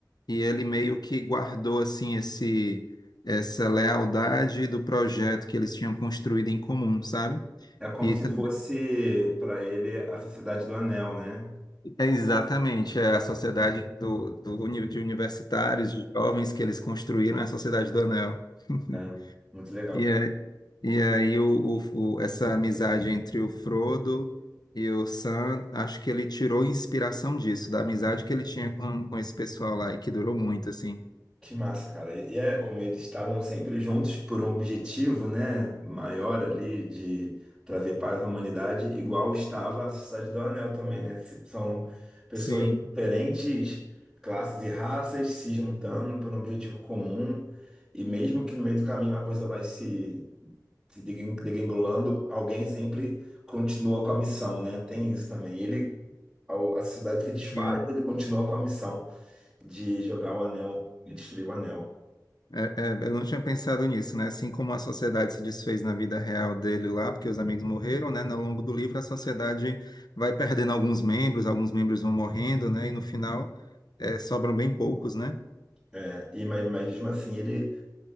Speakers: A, on the left; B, in the centre.
A: e ele meio que guardou assim esse essa lealdade do projeto que eles tinham construído em comum, sabe?
B: É como
A: E
B: se
A: também,
B: fosse para ele a Sociedade do Anel, né?
A: é exatamente, é a sociedade do, do, uni- de universitários, de jovens que eles construíram, é a Sociedade do Anel. <laughs>
B: É, muito legal,
A: E,
B: cara.
A: é, e aí o, o, o- essa amizade entre o Frodo e o Sam, acho que ele tirou inspiração disso, da amizade que ele tinha com, com esse pessoal lá e que durou muito, assim.
B: Que massa, cara. E e é como eles estavam sempre juntos por um objetivo, né, maior ali de trazer paz à humanidade, igual estava a Sociedade do Anel também, né? Se- São pessoas
A: Sim,
B: de diferentes, classes e raças se juntando por um objetivo comum, e mesmo que no meio do caminho a coisa vai se se degring- degringolando, alguém sempre continua com a missão, né? Tem isso também. Ele ao- a sociedade que desfaz,
A: sim.
B: ele continua com a missão de jogar o anel e destruir o anel.
A: É, é, eu não tinha pensado nisso, né? Assim como a sociedade se desfez na vida real dele lá, porque os amigos morreram, né? No longo do livro, a sociedade vai perdendo alguns membros, alguns membros vão morrendo, né? E no final, é, sobram bem poucos, né?
B: É, e, mas, mas mesmo assim, ele